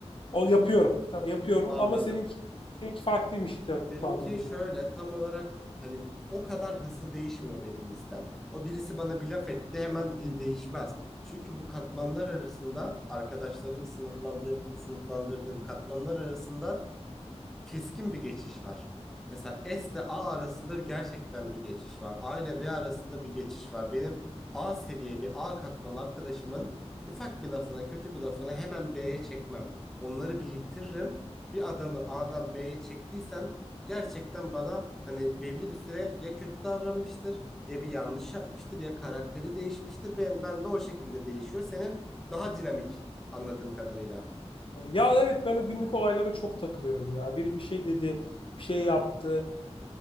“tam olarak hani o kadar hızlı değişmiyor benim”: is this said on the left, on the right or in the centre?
Centre